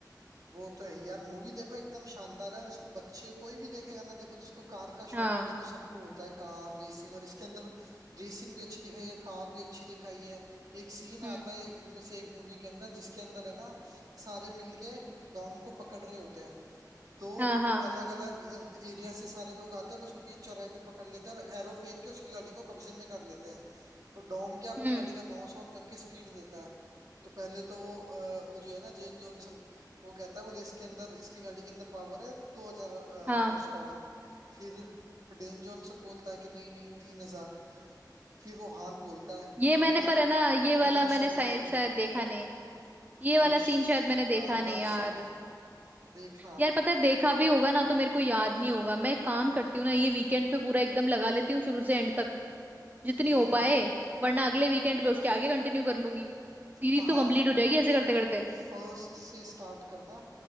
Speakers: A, on the right; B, on the right.
A: वो तो है यार मूवी देखो एकदम शानदार है और इसको बच्चे कोई भी देखेगा ना देखो जिसको कार का शौक
B: हाँ
A: तो देखो सबको होता है कार रेसिंग और इसके अंदर रेसिंग भी अच्छी दिखाई है कार भी अच्छी दिखाई है एक सीन
B: हम्म
A: आता है इनमें से एक मूवी के अंदर जिसके अंदर है ना सारे मिलके डॉम को पकड़ रहे होते हैं तो
B: हाँ हाँ
A: अलग अलग एरिया से सारे लोग आते हैं और उसको बीच चौराहे पे पकड़ लेते हैं और एरो फेंक के उसकी गाड़ी को कब्जे में कर लेते हैं तो डॉम क्या अपनी
B: हम्म
A: गाड़ी का नॉस ऑन करके स्पीड देता है तो पहले तो वो अ, वो जो है ना जेन जॉनसन वो कहता है बोले इसके अंदर इसकी गाड़ी के अंदर पावर है दो हजार
B: हाँ
A: हॉर्स पावर फिर डेन जॉनसन बोलता है कि नहीं नहीं तीन हजार फिर वो हान बोलता है
B: ये
A: मिनिमम
B: मैंने पर है ना ये
A: मिनिमम
B: वाला मैंने
A: सेवन
B: शायद
A: थाउजेंड
B: शायद देखा नहीं ये
A: अरे
B: वाला
A: शानदार
B: सीन शायद मैंने देखा नहीं यार
A: सीन है देखना
B: यार
A: आप
B: पता है देखा भी होगा ना तो मेरे को याद नहीं होगा मैं एक काम करती हूँ ना ये वीकेंड पे पूरा एकदम लगा लेती हूँ शुरू से एंड तक जितनी
A: हम्म
B: हो पाए वरना अगले वीकेंड पे उसके आगे कंटिन्यू कर लूंगी सीरीज
A: हाँ
B: तो कंप्लीट हो जाएगी ऐसे करते करते
A: फर्स्ट से स्टार्ट करना